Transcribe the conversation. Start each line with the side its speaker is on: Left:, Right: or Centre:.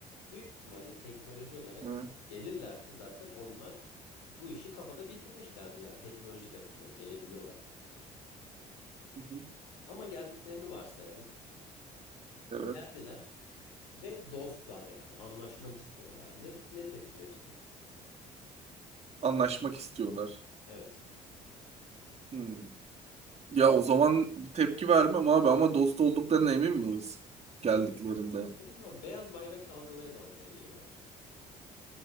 Left: Büyük ihtimalle teknoloji olarak
Right: Hı.
Left: hani gelirlerse zaten onlar bu işi kafada bitirmişlerdir yani teknolojik açısından gelebiliyorlar sonuçta.
Right: Hı hı.
Left: Ama geldiklerini varsayalım.
Right: Evet.
Left: Geldiler ve dostlar yani anlaşmak istiyorlar. Ne, ne tepki verirsin?
Right: Anlaşmak istiyorlar.
Left: Evet.
Right: Hmm. Ya o zaman tepki vermem abi ama dost olduklarına emin miyiz geldiklerinde?
Left: Emin Emin ama beyaz bayrak dalgalaya dalgalaya geliyorlar.